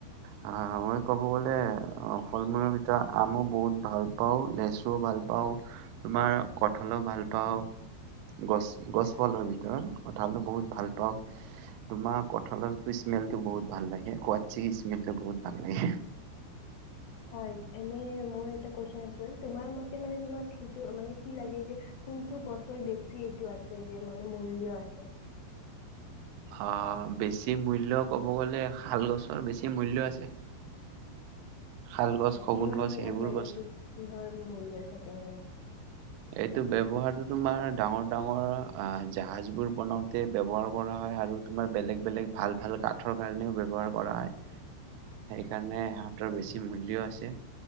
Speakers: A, on the right; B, on the left.
A: হয় মই ক'ব গলে ফল মূলৰ ভিতৰত আমো বহুত ভাল পাওঁ লেচুও ভাল পাওঁ তোমাৰ কঠালো ভাল পাওঁ গছ গছ ফলৰ ভিতৰত কঠালো বহুত ভাল পাওঁ তোমাৰ কঠালৰ স্মেল তো বহুত ভাল লাগে কুৱচি কি স্মেলটো বহুত ভাল লাগে
B: হয় এনে মোৰ এটা কোৱেচন আছে তোমাৰ মতে তোমাৰ সেইটো মানে কি লাগে কোনটো গছৰ বেছিটো আছে, মানে মূল্য যে আছে।
A: অহ বেছি মূল্য ক'ব গলে শাল গছৰ বেছি মূল্য আছে শাল গছ, শগুন
B: কিহত
A: গছ
B: কিহত
A: সেইবোৰ
B: মানে
A: গছ
B: এইটো কিহৰ মূল্য থাকে মানে
A: এইটো ব্যৱহাৰটো তোমাৰ ডাঙৰ ডাঙৰ আহ জাহাজ বোৰ বনাওতে ব্যৱহাৰ কৰা হয় আৰু তোমাৰ বেলেগ বেলেগ ভাল ভাল কাঠৰ কাৰণেও ব্যৱহাৰ কৰা হয়। সেই কাৰণে সিহঁতৰ বেছি মূল্যও আছে।